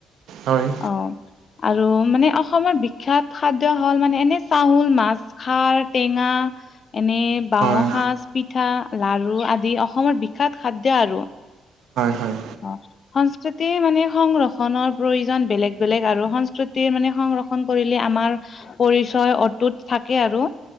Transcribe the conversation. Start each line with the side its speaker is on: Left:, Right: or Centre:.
Right: হয়।
Left: অঁ, আৰু মানে অসমৰ বিখ্যাত খাদ্য হল মানে এনেই চাউল মাছ খাৰ টেঙা এনেই বাঁহ
Right: হয়
Left: সাজ, পিঠা লাৰু আদি অসমৰ বিখ্যাত খাদ্য আৰু।
Right: হয় হয়।
Left: অঁ সংস্কৃতি মানে সংৰ ক্ষন প্ৰয়োজন বেলেগ বেলেগ আৰু সংস্কৃতিৰ মানে সংৰক্ষণ কৰিলে আমাৰ পৰিচয় অটুত থাকে আৰু,